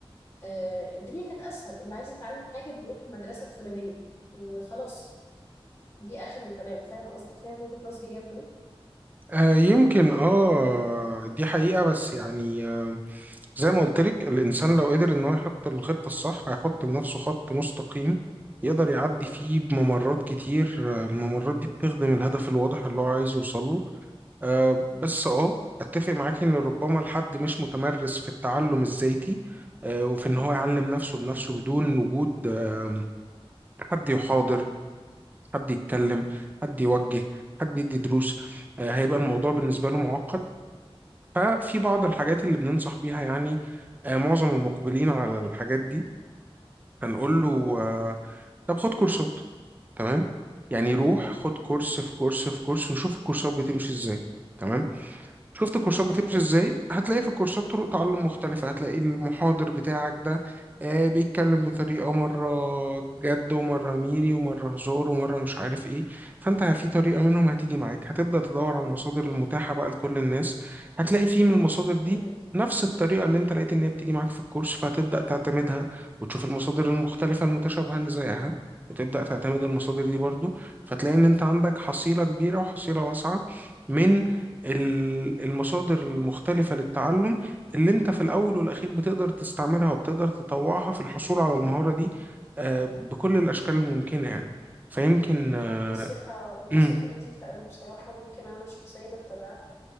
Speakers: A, on the left; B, on the right.
A: آه، الدنيا كانت اسهل اللي عايز يتعلم حاجه بيروح المدرسه الفلانيه وخلاص دي اخر الكلام فاهم قصدي فاهم وجهه نظري جايه منين
B: آه، يمكن اه دي حقيقة بس يعني آه، زي ما قلت لك الإنسان لو قدر إن هو يحط الخطة الصح هيحط لنفسه خط مستقيم يقدر يعدي
A: مهم،
B: فيه بممرات كتير آه، الممرات دي بتخدم الهدف الواضح اللي هو عايز يوصل له آه، بس اه أتفق معاكي إن ربما الحد مش متمرس في التعلم الذاتي آه، وفي إن
A: مهم،
B: هو يعلم نفسه بنفسه بدون وجود آم، حد يحاضر حد يتكلم حد يوجه حد يدي دروس آه، هيبقى الموضوع بالنسبة له معقد ففي بعض
A: مهم،
B: الحاجات اللي بننصح بيها يعني آه، معظم المقبلين على الحاجات دي هنقول له
A: مهم،
B: آه، طب خد كورسات تمام يعني
A: مهم،
B: روح خد كورس في كورس في كورس وشوف الكورسات بتمشي ازاي تمام شفت الكورسات
A: مفهوم
B: بتمشي ازاي هتلاقي في الكورسات طرق تعلم مختلفة هتلاقي المحاضر بتاعك ده آه، بيتكلم بطريقة مرة جد ومرة ميري ومرة هزار ومرة مش عارف ايه فانت في طريقة منهم هتيجي معاك هتبدأ تدور على المصادر المتاحة بقى لكل الناس هتلاقي في من المصادر دي
A: مهم.
B: نفس الطريقة اللي انت لقيت ان هي بتيجي معاك في الكورس فهتبدأ تعتمدها وتشوف المصادر المختلفة المتشابهة اللي زيها وتبدأ تعتمد المصادر دي برضو فتلاقي ان انت عندك حصيلة كبيرة وحصيلة واسعة من ال- المصادر المختلفة للتعلم اللي انت في الأول والأخير بتقدر تستعملها وبتقدر تطوعها في الحصول على المهارة دي آه، بكل الأشكال الممكنة يعني فيمكن آه،
A: النصيحة النصيحة
B: مم،
A: لطيفة أوي بصراحة ممكن أنا شخصيا أتبعها